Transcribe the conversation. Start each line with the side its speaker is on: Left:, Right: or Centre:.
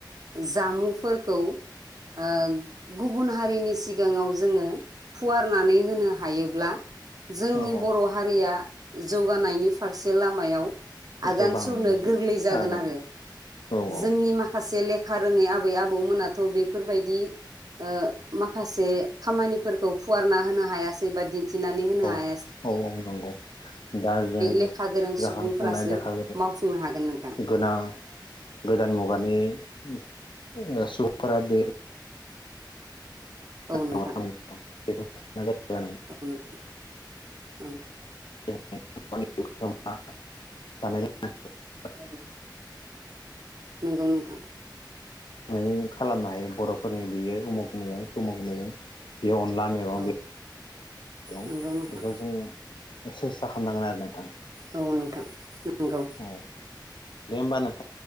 Right: जामुंफोरखौ ओ गुबुन हारिनि सिगाङाव जोङो फुवारनानै होनो हायोब्ला जोंनि
Left: औ
Right: बर' हारिया जौगानायनि फारसे लामायाव आगान
Left: गोबाङै
Right: सुरनो गोरलै जागोन
Left: हागोन
Right: आरो
Left: औ औ
Right: जोंनि माखासे ले खा रोङै आबै आबौमोनाथ बेफोरबायदि ओ माखासे खामानिफोरखौ फुवारना होनो हायासै बा दिन्थिनानै होनो हाया
Left: औ -औ नंगौ दा जों
Right: लेखा गोरों
Left: जाखांफुनाय
Right: सुबुंफोरासो
Left: लेखा
Right: मावफुंनो हागोन नोंथां
Left: गोनां औ गोदान मुगानि ओ सुबुंफ्रा बे
Right: औ नोंथां
Left: लोंनायनि
Right: औ नोंथां औ।
Left: <unintelligible>
Right: औ नंगौ नोंथां।
Left: <unintelligible> खालामनो हायो बर'फोरनि बियो उमुग मैगं तमुग मैगं बे अनला मैगं
Right: औ
Left: बे बेखौ
Right: नंगौ नोंथां
Left: जों सेस्था खामनांगोन आरो नोंथां
Right: औ नोंथां नंगौ
Left: औ। दे होमबा नों